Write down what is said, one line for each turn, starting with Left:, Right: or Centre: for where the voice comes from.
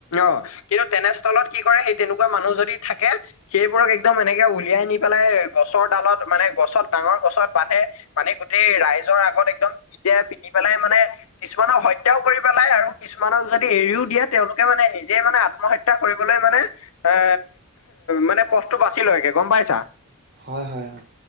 Left: অ কিন্তু তেনেস্থলত কি কৰে সেই তেনেকুৱা মানুহ যদি থাকে। সেইবোৰক একদম এনেকে উলিয়াই নি পেলাই গছৰ ডালত মানে গছত, ডাঙৰ গছত বান্ধে। মানে গোটেই ৰাইজৰ আগত একদম পি পিন্ধি পেলাই মানে। কিছুমানক হত্যাও, কৰি পেলাই আৰু কিছুমানক যদি এৰিও দিয়ে তেওঁলোকে মানে নিজে মানে আত্মহত্যা কৰিবলৈ মানে। এ মানে পথটো বাচি লৈগে গম পাইছা।
Right: হয় হয় হয়।